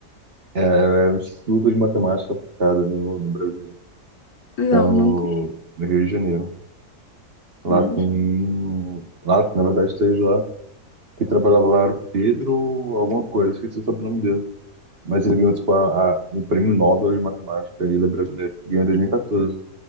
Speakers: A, on the right; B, on the left.
A: é, é o Instituto de Matemática Aplicada no, no Brasil.
B: Não,
A: Fica no,
B: não conheço.
A: no Rio de Janeiro. Lá
B: Hum.
A: tem... Lá, na verdade, esteve lá. que trabalhava lá era o Pedro alguma coisa. Esqueci o sobrenome dele. Mas ele ganhou, tipo, a, a, o Prêmio Nobel de Matemática. E ele é brasileiro. Ganhou em 2014.